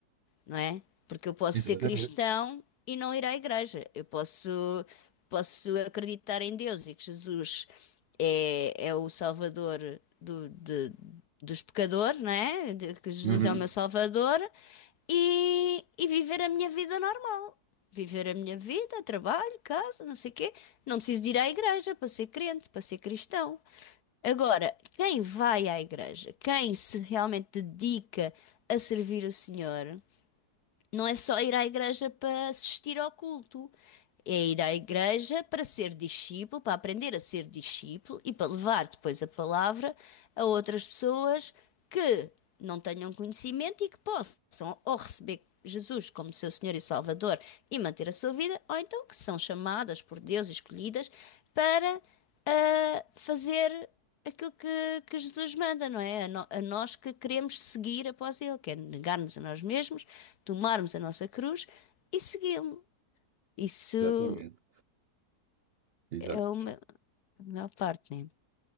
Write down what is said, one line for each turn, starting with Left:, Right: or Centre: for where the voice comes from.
Left: não é? Porque eu posso
Right: Exatamente.
Left: ser cristão e não ir à igreja. Eu posso, posso acreditar em Deus e que Jesus é, é o Salvador do- de- dos pecadores, não é? De- que Jesus
Right: Uhum.
Left: é o meu Salvador e, e viver a minha vida normal. Viver a minha vida, trabalho, casa, não sei o quê. Não preciso de ir à igreja para ser crente, para ser cristão. Agora, quem vai à igreja, quem se realmente dedica a servir o Senhor, não é só ir à igreja para assistir ao culto, é ir à igreja para ser discípulo, para aprender a ser discípulo e para levar depois a palavra a outras pessoas que não tenham conhecimento e que possam ou receber Jesus como seu Senhor e Salvador e manter a sua vida, ou então que são chamadas por Deus, e escolhidas, para ah, fazer aquilo que, que Jesus manda, não é? A, no- a nós que queremos seguir após Ele, que é negar-nos a nós mesmos tomarmos a nossa cruz e segui-lo. Isso
Right: Exatamente. Exatamente.
Left: é uma a maior parte, né?